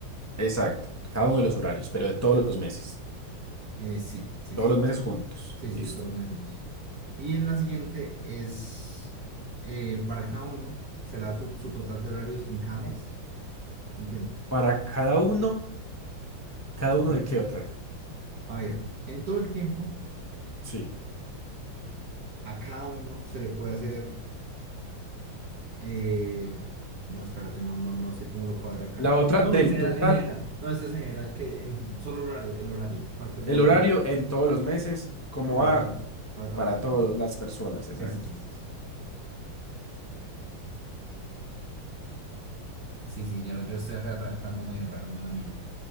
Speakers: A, on the left; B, on the right.
A: Exacto. Cada uno de los horarios, pero de todos los meses.
B: Eh, sí, sí,
A: Todos
B: sí,
A: los meses juntos.
B: sí,
A: Listo.
B: sí, todos los meses juntos. Y en la siguiente es, eh, para cada uno se le da tu- su total de horarios en cada mes, ¿entiendes?
A: Para cada uno, ¿cada uno
B: Sí.
A: de qué otra?
B: A ver, en todo el tiempo,
A: Sí.
B: a cada uno se le puede hacer Eh, no, espérate, no, no, no sé cómo lo cuadra acá.
A: La otra
B: No,
A: del
B: en general,
A: total,
B: en general. No, este es en general, que en solo el horario, el horario. ¿Cuál fue el
A: el
B: más
A: horario en todos los meses, como
B: para
A: a
B: todo, para todas
A: para
B: las personas?
A: todas las personas, exacto.
B: Sí, sí, sí. sí. Sí, sí, ya yo estoy acá redactando medio raro, mala mía.